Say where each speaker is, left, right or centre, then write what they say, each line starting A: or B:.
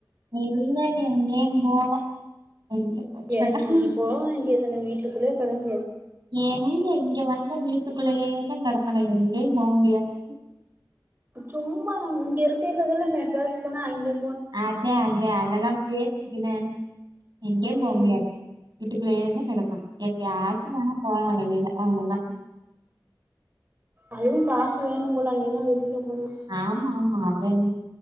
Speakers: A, on the right (about 70°); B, on the right (about 30°).
A: இல்லடி எங்கேயு போல எங்க போ சொன்ன
B: ஏன்டி போ வேண்டியது தான வீட்டுக்குள்ளே கெடந்
A: எங்க இங்க வந்த வீட்டுக்குள்ளேயேதா கேடக்கனு எங்க போ முடியாது
B: சும்மா நா இங்க இருக்கல்லதான மெட்ராஸ் போனா அங்கே
A: அதே அதே அதெல்லா பேச்சுக்குதா எங்கே
B: ம்
A: போ முடியாது வீட்டுக்குள்ளயேதா கெடக்கணு எப்பய்யாச்சு வேணா போலா வெளில அவ்ளோதா
B: அதுவு காசு வேணு போல அங்கன்னா வெளியில போனா
A: ஆமா ஆமா அத